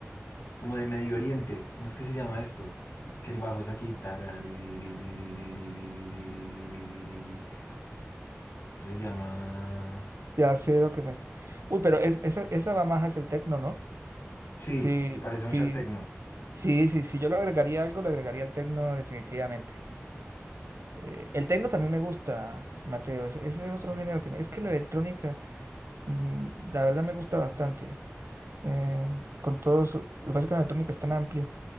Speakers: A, on the left; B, on the right.
A: como de Medio Oriente, ¿cómo es que se llama esto? Que el bajo es aquí, taraririririririririririririririririri. Eso se llama,
B: Ya sé lo que me. Uy, pero es- esa, esa va más hacia el tecno, ¿no?
A: sí,
B: Sí,
A: se parece
B: sí,
A: mucho al tecno.
B: sí, sí. Si yo le agregaría algo, le agregaría el tecno definitivamente. Eh, el tecno también me gusta, Mateo. Ese, ese es otro género que me... Es que la electrónica, mm, la verdad me gusta bastante. Eh, con todo su... Lo que pasa es que la electrónica es tan amplia,